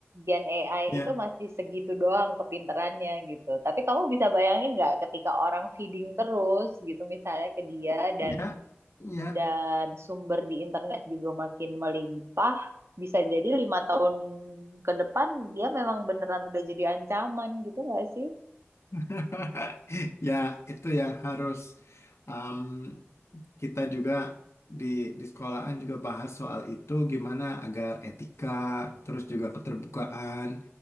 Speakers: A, on the right; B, on the left.
A: Gen AI
B: Ya,
A: itu masih segitu doang kepinterannya gitu. Tapi kamu bisa bayangin nggak ketika orang feeding terus gitu misalnya ke dia dan
B: ya, ya.
A: dan sumber di internet juga makin melimpah, bisa jadi lima tahun ke depan dia memang beneran udah jadi ancaman gitu nggak sih?
B: <laughs> Ya, itu yang harus um, kita juga di di sekolahan juga bahas soal itu gimana agar etika, terus juga keterbukaan